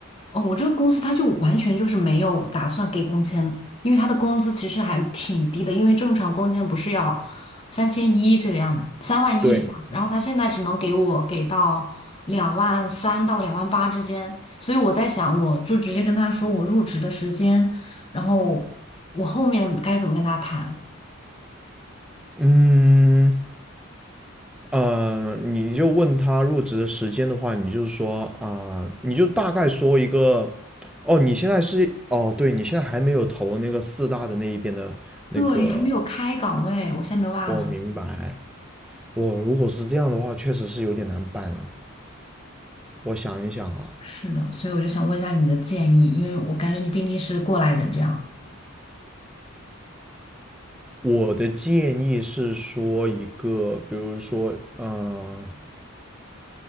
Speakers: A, on the left; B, in the centre.
A: 哦，我这个公司它就完全就是没有打算给工签，因为它的工资其实还挺低的，因为正常工签不是要三千一这个样，子，三万一这个样子，
B: 对，
A: 然后他现在只能给我给到两万三到两万八之间，所以我在想，我就直接跟他说我入职的时间，然后我后面该怎么跟他谈？
B: 嗯，呃，你就问他入职的时间的话，你就说啊、你就大概说一个，哦，你现在是，哦，对，你现在还没有投那个四大的那一边的那个，
A: 对，还没有开岗位，我现在没有办法投。
B: 我明白。我如果是这样的话，确实是有点难办啊。我想一想啊，
A: 是的，所以我就想问一下你的建议，因为我感觉你毕竟是过来人这样。
B: 我的建议是说一个，比如说，呃，